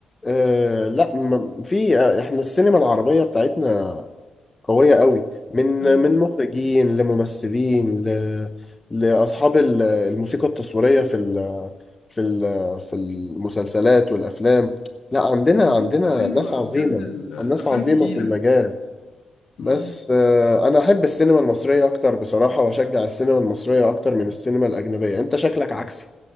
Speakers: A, on the left; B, on the left.
A: آه لا ما- في احنا السينما العربيه بتاعتنا قوية قوي من
B: أيوة.
A: من مخرجين لممثلين ل... لأصحاب ال- الموسيقى التصويرية في ال... في ال... في المسلسلات والأفلام لا عندنا
B: بالظبط
A: عندنا
B: ايوه
A: ناس عظيمة
B: بجد الافلام
A: ناس عظيمة
B: تقيله
A: في المجال
B: مم.
A: بس آه، أنا أحب السينما المصرية أكتر بصراحة وأشجع السينما المصرية أكتر من السينما الأجنبية أنت شكلك عكسي